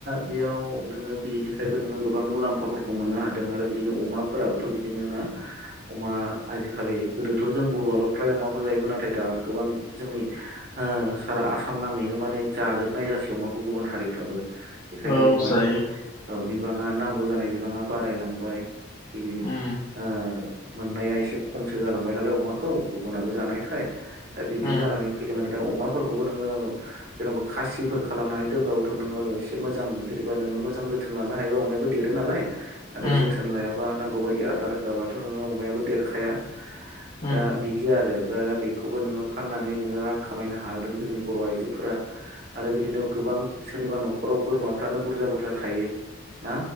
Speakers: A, on the right (about 50°); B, on the left (about 45°).
A: बेयाव नोङो बेनिफ्रायबो नोङो गोबां मुलाम्फाफोरखौ मोननो हादों आरो बिदिनो अमा फोराबोथ बिदिनो ना अमा आजिखालि गोदोथ' जों बर'आल फ्राय अमाखौ जायोमोन नाथाय दा बा गोबां जोंनि ओ सारा आसाम नाङैनो माने जाजोबनाय जासै अमाखौ गुबुन हारिफ्राबो बेखायनो
B: औ
A: अमानि
B: जायो
A: औ बि बिबाङा नांगौ जानाय बिबाङा बारायलांबाय बिनि
B: उम
A: आ मोननाया एसे खमसो जालांबाय नालाय अमाखौ गुबुनाबो जानायखाय दा बिदि
B: उम
A: जानानै फै दों आरो दा अमाफोरखौबो नोङो जेनेवबा खासिफोर खालामनानै दोनबाबोथ नोङो एसे मोजां जेनदिबा नोङो मोजां जोथोन लानो हायोबा अमायाबो देरो नालाय आरो
B: उम
A: जोथोन लायाबा नांगौ बायदि आदार होआबाथ नोङो अमायाबो देरखाया।
B: उम
A: दा बिदि आरो दा बेखौबो नोङो फाननानै नोङो रां खामायनो हादों जोंनि बर' आइजोफोरा। आरो बिदिनो गोबां सोरनिबा न'खराव बोरमाफ्रानो बुरजा बुरजा थायो ना